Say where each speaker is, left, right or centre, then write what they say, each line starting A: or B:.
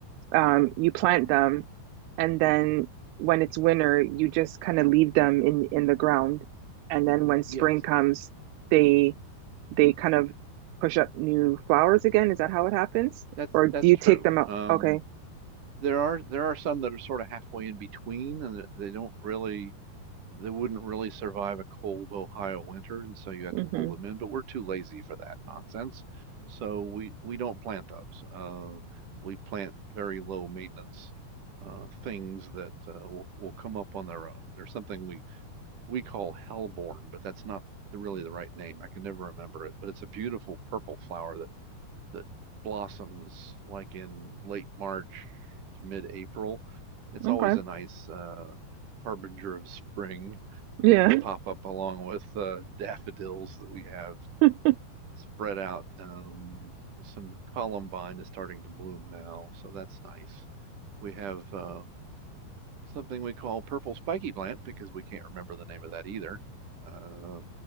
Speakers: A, on the right (about 85°); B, on the right (about 55°).
A: um you plant them and then when it's winter, you just kind of leave them in in the ground and then when spring
B: Yes,
A: comes, they they kind of push up new flowers again. Is that how it happens?
B: that's
A: Or do
B: that's
A: you
B: true.
A: take them out?
B: Um,
A: Okay.
B: there are there are some that are sort of halfway in between, and that they don't really. They wouldn't really survive a cold Ohio winter, and so you have
A: Mm-hmm.
B: to pull them in, but we're too lazy for that nonsense. So we we don't plant those. Uh, we plant very low maintenance uh, things that uh, will will come up on their own. There's something we we call hellebore, but that's not the, really the right name. I can never remember it, but it's a beautiful purple flower that that blossoms like in late March to mid-April. It's
A: Mm-hmm.
B: always
A: Okay.
B: a nice uh, harbinger of spring
A: Yeah.
B: uh, that pop up along with uh, daffodils that we have
A: <laughs>
B: spread out. Um, some columbine is starting to bloom now, so that's nice. We have uh, something we call purple spiky plant because we can't remember the name of that either. Uh,